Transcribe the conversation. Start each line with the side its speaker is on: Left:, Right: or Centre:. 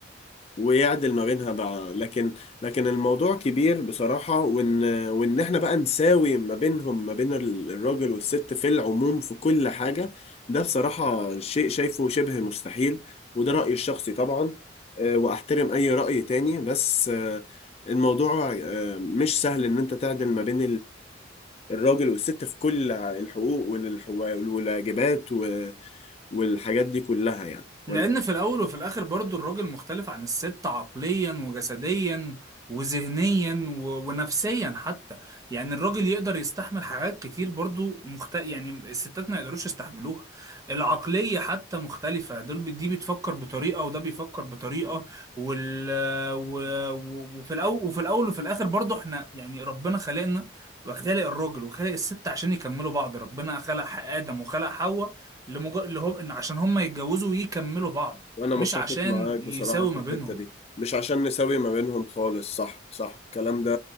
Left: ويعدل ما بينها بقى لكن لكن الموضوع كبير بصراحة وإن وإن إحنا بقى نساوي ما بينهم ما بين ال- الراجل والست في العموم في كل حاجة ده بصراحة شيء شايفه شبه مستحيل وده رأيي الشخصي طبعا آه، وأحترم أي رأي تاني بس آه، الموضوع آه، مش سهل إن أنت تعدل ما بين الراجل والست في كل الحقوق والح- والواجبات و- والحاجات دي كلها يعني ولا
Right: لأن في الأول وفي الآخر برضو الراجل مختلف عن الست عقليا وجسديا وذهنيا و... ونفسيا حتى يعني الراجل يقدر يستحمل حاجات كتير برضو مخت... يعني الستات ما يقدروش يستحملوها العقلية حتى مختلفة دول ب- دي بتفكر بطريقة وده بيفكر بطريقة وال... و... و... وفي الأول وفي الأول وفي الآخر برضو احنا يعني ربنا خلقنا وخلق الراجل وخلق الست عشان يكملوا بعض ربنا خلق آدم وخلق حواء لمج... اللي هم ان عشان هم يتجوزوا ويكملوا بعض
Left: وانا متفق
Right: مش عشان
Left: معاك بصراحة
Right: يساوي
Left: في
Right: ما
Left: الحتة
Right: بينهم
Left: دي مش عشان نساوي ما بينهم خالص صح صح الكلام ده